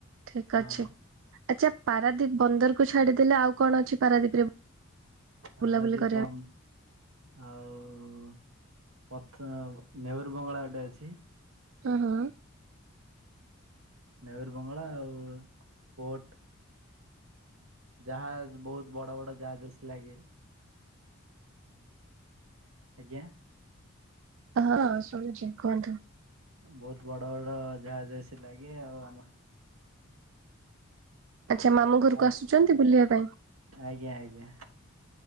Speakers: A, on the right; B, on the right.
A: ଠିକ୍
B: ହଁ
A: ଅଛି। ଆଚ୍ଛା ପାରାଦୀପ ବନ୍ଦରକୁ ଛାଡିଦେଲେ ଆଉ କଣ ଅଛି ପାରାଦୀପରେ
B: ପାରାଦୀପ
A: ବୁଲାବୁଲି କରିବା?
B: ବନ୍ଦ ଆଉ ପଥ ନେହରୁ ବଙ୍ଗଳା ଗୋଟେ ଅଛି।
A: ହଁ ହଁ
B: ନେହେରୁ ବଙ୍ଗଳା ଆଉ ପୋର୍ଟ। ଜାହାଜ ବହୁତ ବଡ଼ ବଡ଼ ଜାହାଜ ଆସି ଲାଗେ। ଆଜ୍ଞା
A: ହଁ ଶୁଭୁଚି କୁହନ୍ତୁ?
B: ବହୁତ ବଡ ବଡ ଜାହାଜ ଆସ ଲାଗେ ଆଉ ଆମ
A: ଆଚ୍ଛା ମାମୁଁ ଘରକୁ
B: ଆଉ
A: ଆସୁଛନ୍ତି ବୁଲିବା ପାଇଁ?
B: ଆଜ୍ଞା ଆଜ୍ଞା